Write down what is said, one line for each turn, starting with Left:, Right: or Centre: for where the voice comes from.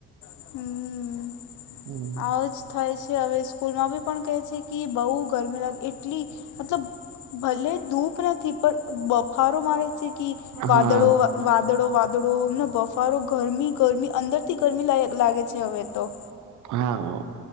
Left: હમ,
Right: હમ
Left: આવે જ. થાય છે, હવે સ્કૂલમાં બી પણ કહે છે કે, બહુ ગરમી લાગે, એટલી મતલબ. ભલે ધૂપ નથી, પણ બફારો મારે છે. વાદળો,
Right: હા
Left: વાદળો, વાદળો, બફારો, ગરમી, ગરમી, અંદર થી ગરમી લાય. લાગે છે, હવે તો.
Right: હા,